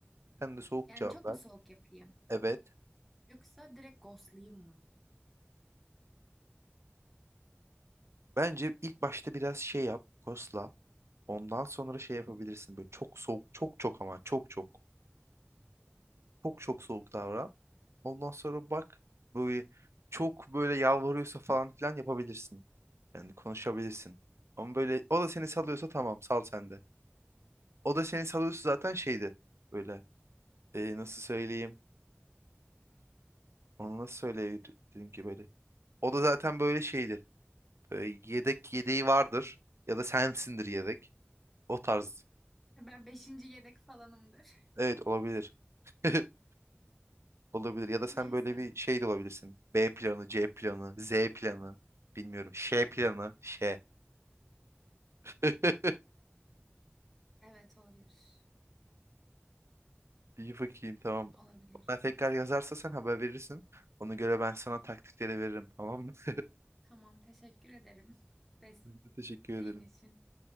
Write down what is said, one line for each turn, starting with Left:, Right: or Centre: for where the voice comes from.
Right: Sen de soğuk
Centre: Yani
Right: cevap
Centre: çok
Right: ver.
Centre: mu soğuk yapayım?
Right: Evet.
Centre: Yoksa direkt ghostlayayım mı?
Right: Bence ilk başta biraz şey yap. Kosla. Ondan sonra şey yapabilirsin. Böyle çok soğuk. Çok çok ama çok çok. Çok çok soğuk davran. Ondan sonra bak böyle çok böyle yalvarıyorsa falan filan yapabilirsin. Yani konuşabilirsin. Ama böyle o da seni salıyorsa tamam sal sen de. O da seni salıyorsa zaten şeydir. Böyle e, nasıl söyleyeyim? Onu nasıl söyleyebilirim ki böyle? O da zaten böyle şeydir. Böyle yedek yedeği vardır. Ya da sensindir yedek. O tarz.
Centre: Ben beşinci yedek falanımdır.
Right: Evet olabilir. <laughs> Olabilir. Ya da sen
Centre: <laughs> Neyse.
Right: böyle bir şey de olabilirsin. B planı, C planı, Z planı. Bilmiyorum. Ş planı. Ş. <laughs>
Centre: Evet olabilir.
Right: İyi bakayım tamam.
Centre: Olabilir.
Right: Bana tekrar yazarsa sen haber verirsin. Ona göre ben sana taktikleri veririm tamam mı? <laughs>
Centre: Tamam teşekkür ederim. <laughs> Desteğin
Right: Ben de teşekkür ederim.
Centre: için.